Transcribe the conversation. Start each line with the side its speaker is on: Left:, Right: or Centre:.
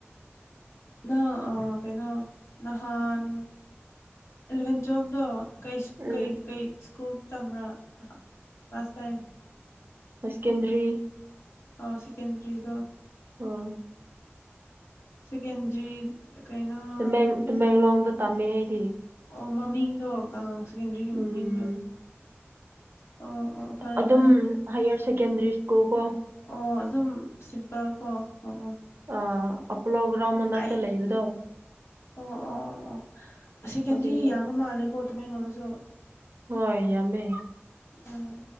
Left: ꯅ ꯑ ꯀꯩꯅꯣ ꯅꯍꯥꯟ ꯑꯦꯂꯚꯦꯟ ꯇꯨꯋꯦꯜꯐꯇꯣ ꯀꯩ ꯁ
Right: ꯎꯝ
Left: ꯀꯩ ꯀꯩ ꯁ꯭ꯀꯨꯜ ꯇꯝꯕ꯭ꯔꯥ ꯐꯥꯁ ꯇꯥꯏꯝ
Right: ꯍ ꯁꯦꯀꯦꯟꯗꯔꯤ
Left: ꯑꯥ ꯁꯦꯀꯦꯟꯗ꯭ꯔꯤꯗꯣ
Right: ꯑꯣ
Left: ꯁꯦꯀꯦꯟꯗ꯭ꯔꯤ ꯀꯩꯅꯣ
Right: ꯇꯃꯦꯡ ꯇꯃꯦꯡꯂꯣꯡꯗ ꯇꯥꯝꯃꯦ ꯑꯩꯗꯤ
Left: ꯑꯣ ꯃꯃꯤꯡꯗꯣ ꯑ ꯁꯦꯀꯦꯟꯗ꯭ꯔꯤꯒꯤ
Right: ꯎꯝ
Left: ꯃꯃꯤꯡꯗꯣ ꯑꯣ ꯑꯣ ꯈꯪꯉꯦ
Right: ꯑꯗꯨꯝ
Left: ꯈꯪꯉꯦ
Right: ꯍꯥꯏꯌꯔ ꯁꯦꯀꯦꯟꯗ꯭ꯔꯤ ꯁ꯭ꯀꯨꯜ ꯀꯣ
Left: ꯑꯣ ꯑꯗꯨꯝ ꯁꯤꯝꯄꯜ ꯀꯣ ꯑꯣ ꯑꯣ
Right: ꯑꯥ ꯑꯄꯣꯂꯣ ꯒ꯭ꯔꯥꯎꯟ ꯃꯅꯥꯛꯇ
Left: ꯑꯩ
Right: ꯂꯩꯕꯗꯣ
Left: ꯑꯣ ꯑꯣ ꯑꯣ ꯑꯣ ꯑꯁꯦꯀꯦꯟꯗ꯭ꯔꯤ
Right: ꯑꯗꯨꯗ
Left: ꯌꯥꯝꯕ ꯃꯥꯜꯂꯦꯀꯣ ꯇꯃꯦꯡꯂꯣꯡꯗꯁꯨ
Right: ꯍꯣꯏ ꯌꯥꯝꯃꯦ
Left: ꯑꯣ